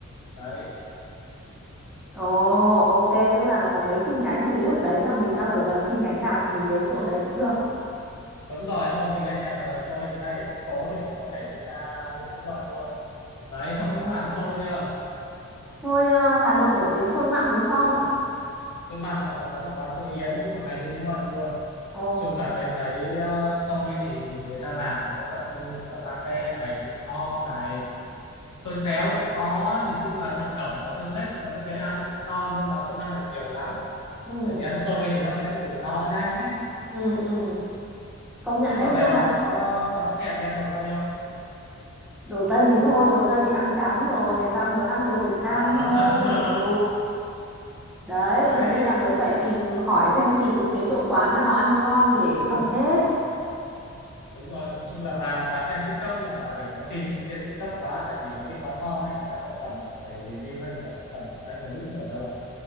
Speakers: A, on the left (about 85°); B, in the centre.
A: đấy
B: Ồ, ok, tức là nó có mấy chi nhánh thì lúc đấy là mình đang ở gần chi nhánh nào thì mình đến chỗ đấy cũng được.
A: đúng rồi hôm mình lên nhà thờ chơi thì ngay ở trên phố thì mình có thể đi ra Nguyễn Hữu Huân luôn đấy hoặc
B: Ừ.
A: là bán xôi chưa
B: Xôi ờ, Hà Nội nổi tiếng xôi mặn đúng không?
A: xôi mặn hoặc là có một quán xôi Yến cũng ở ngay Nguyễn Hữu Huân luôn
B: Ồ,
A: chung là tôi thấy ờ, xôi thì người ta làm có cả xôi có cả pate này thịt kho này xôi xéo cũng có nhìn chung là thập cẩm mọi thứ hết nhưng mà tôi thấy ăn cũng ngon nhưng mà không ăn được nhiều lắm
B: ừ,
A: tại vì ăn xôi thì nó sẽ bị no nhanh ấy
B: ừ, ừ. Công nhận
A: thế bà
B: đấy, nhưng
A: về
B: mà
A: bà có bà có thèm đi ăn đầu tay không
B: đồ Tây thì thôi, đồ Tây thì ăn chán rồi, người ta muốn ăn đồ Việt Nam
A: à,
B: thôi. Ừ. Đấy,
A: <laughs> đấy
B: thế nên là mới phải tìm hỏi xem tìm những cái chỗ quán nào ăn ngon để thẩm hết.
A: đúng rồi nói chung là bà bà xem TikTok nhưng mà bà đừng có tin trên TikTok quá tại vì mấy cái quán ngon ấy người ta không cần phải review hay người ta không cần phải quay clip nhiều đâu